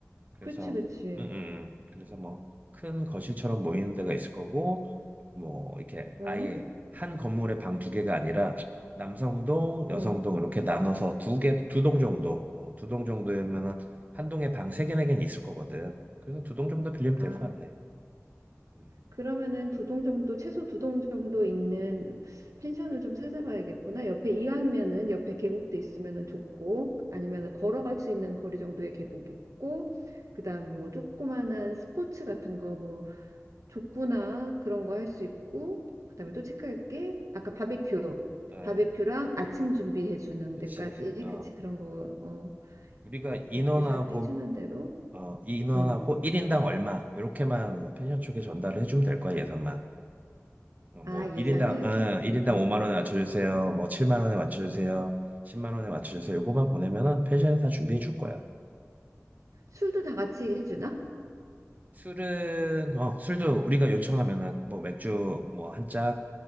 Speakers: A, on the right; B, on the right.
A: 그래서
B: 그치 그치.
A: 음, 음, 음. 그래서 뭐 큰 거실처럼 모이는 데가 있을 거고 뭐 이렇게
B: 어,
A: 아예 한 건물에 방 두 개가 아니라 남성동, 여성동
B: 응.
A: 이렇게 나눠서 두 개, 두 동 정도, 어, 두 동 정도면 한 동에 방 세 개, 네 개는 있을 거거든. 그래서 두 동 정도 빌리면
B: 아.
A: 될 것 같네. 음.
B: 그러면은 두 동 정도, 최소 두 동 정도 있는 펜션을 좀 찾아봐야겠구나. 옆에 이왕이면은 옆에 계곡도 있으면은 좋고, 아니면은 걸어갈 수 있는 거리 정도의 계곡 있고, 그다음에 뭐 조그만한 스포츠 같은 거, 뭐 족구나 그런 거 할 수 있고, 그다음에 또 체크할 게 아까 바베큐,
A: 어,
B: 바베큐랑 아침 준비해 주는
A: 그치.
B: 데까지,
A: 어,
B: 그치 그런 거 어,
A: 우리가 인원하고,
B: 워크샵 해주는 대로.
A: 어, 이 인원하고
B: 음.
A: 1인당 얼마, 이렇게만 펜션 쪽에 전달을 해주면 될 거야, 예산만. 어,
B: 아
A: 뭐
B: 예산을
A: 1인당 어, 일인당
B: 음,
A: 5만 원에 맞춰주세요. 뭐 7만 원에 맞춰주세요. 10만 원에 맞춰주세요. 요거만 보내면은 펜션에 다 준비해 줄 거야.
B: 술도 다 같이 해주나?
A: 술은 어 술도 우리가 요청하면은 뭐 맥주 뭐 한 짝,